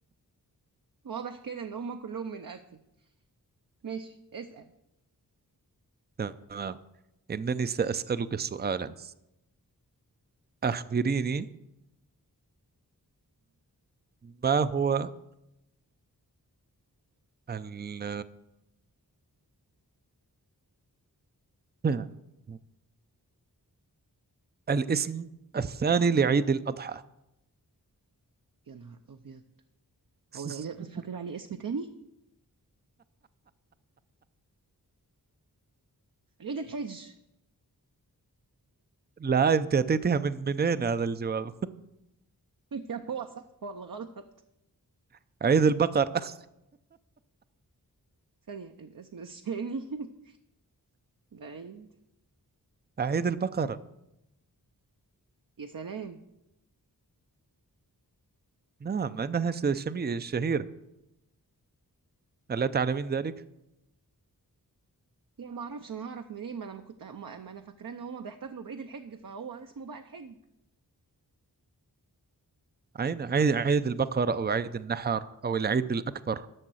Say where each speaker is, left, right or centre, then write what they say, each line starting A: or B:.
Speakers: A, on the right; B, on the right.
A: واضح كده إن هما كلهم من آسيا ماشي اسأل
B: تمام إنني سأسألك سؤالا أخبريني ما هو ال <clears throat> الاسم الثاني لعيد الأضحى
A: يا نهار أبيض هو
B: <laughs>
A: العيد الأضحى طلع عليه اسم تاني عيد الحج
B: لا أنت أتيتها من منين هذا الجواب
A: <laughs> يا هو صح ولا غلط
B: <laughs> عيد البقر <laughs>
A: ثانية الاسم الثاني <laughs> العيد
B: عيد البقرة
A: يا سلام
B: نعم أنها ش- شمي- شهيرة ألا تعلمين ذلك؟
A: لا ما اعرفش انا هعرف منين ما انا ما كنت ما ما انا فاكرة ان هما بيحتفلوا بعيد الحج فهو اسمه بقى الحج
B: عيد عيد عيد البقر أو عيد النحر أو العيد الأكبر